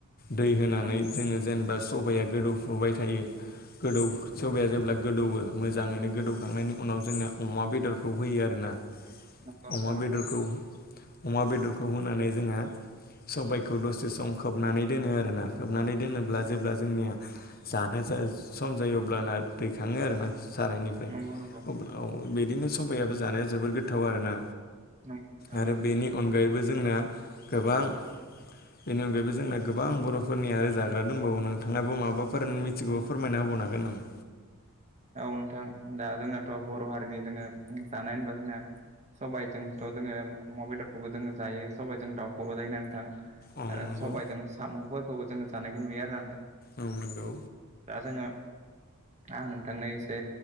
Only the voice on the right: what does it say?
नंगौ
नोंथां नंगौ
नंगौ नोंथां नंगौ नोंथां
नंगौ
नंगौ नंगौ
नंगौ नोंथां
नंगौ
औ नोंथां दा जोंनाथ' बर' हारिनि जोङो जानाय होनबा जोंना सबायजोंथ' जोङो अमा बेदरखौबो जोङो जायो सबाइजों दाउखौबो जायो नांथां।
आरो
सबायजों साम'फोरखौबो जोङो जानायखौ नुयो आरो
आं जोङो आं थां नों इसे